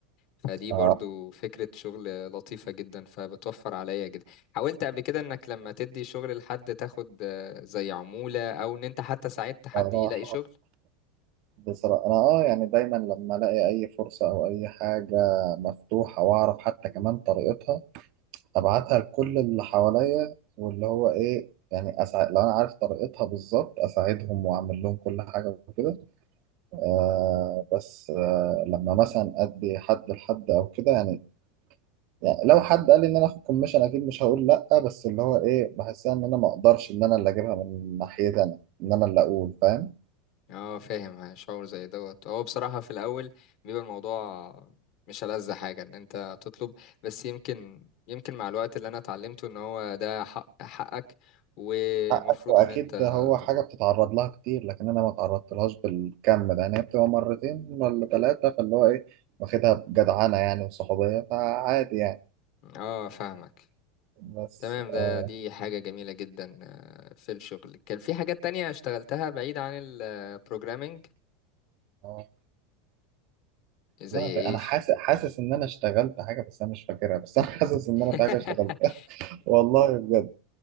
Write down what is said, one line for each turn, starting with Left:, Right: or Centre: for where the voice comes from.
Left: فدي
Right: آه.
Left: برضو فكرة شغل لطيفة جدا فبتوفر عليا جدا حاولت قبل كده انك لما تدي شغل لحد تاخد آه، زي عمولة او ان انت حتى ساعدت حد
Right: راح
Left: يلاقي شغل
Right: بصراحة أنا أه يعني دايما لما ألاقي أي فرصة أو أي حاجة مفتوحة وأعرف حتى كمان طريقتها أبعتها لكل اللي حواليا واللي هو إيه يعني أسع... لو أنا عارف طريقتها بالظبط أساعدهم وأعمل لهم كل حاجة وكده آه بس آه لما مثلا أدي حد لحد أو كده يعني يعني لو حد قال لي ان انا اخد كوميشن اكيد مش هقول لا بس اللي هو ايه بحسها ان انا ما اقدرش ان انا اللي اجيبها من ناحيتي انا ان انا اللي اقول فاهم
Left: اه فاهم آه، شعور زي دوت هو بصراحة في الاول بيبقى الموضوع مش ألذ حاجة ان انت تطلب بس يمكن يمكن مع الوقت اللي انا اتعلمته ان هو ده حق حقك ومفروض
Right: حقك واكيد
Left: ان انت
Right: هو
Left: تطلب
Right: حاجه بتتعرض لها كتير لكن انا ما تعرضت لهاش بالكم ده يعني هي بتبقى مرتين ولا ثلاثه فاللي هو ايه واخدها بجدعنه يعني وصحوبيه فعادي يعني
Left: اه فاهمك
Right: بس
Left: تمام ده
Right: آه
Left: دي حاجة جميلة جدا آه، في الشغل كان في حاجات تانية اشتغلتها بعيد عن البروجرامينج
Right: آه،
Left: زي
Right: والله انا
Left: ايش
Right: حاسس حاسس ان انا اشتغلت حاجه بس انا مش فاكرها بس انا <laughs> حاسس ان
Left: <laughs>
Right: انا في حاجه اشتغلتها <laughs> والله بجد